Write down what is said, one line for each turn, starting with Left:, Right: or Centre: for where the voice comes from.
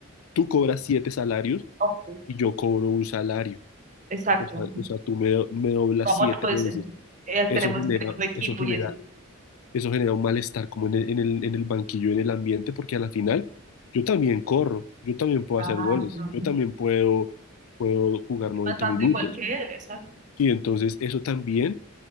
Left: tú cobras siete salarios
Right: ok,
Left: y yo cobro un salario,
Right: exacto.
Left: o sea, o sea tú me, do- me doblas
Right: Vamos,
Left: siete
Right: pues,
Left: veces.
Right: eh, tenemos
Left: Eso genera,
Right: el mismo equipo
Left: eso genera
Right: y eso.
Left: eso genera un malestar como en el, en el, en el banquillo, en el ambiente, porque a la final yo también corro, yo también puedo
Right: Exacto.
Left: hacer goles, yo también puedo, puedo jugar 90
Right: Bastante
Left: minutos.
Right: igual que él, exacto.
Left: Y entonces eso también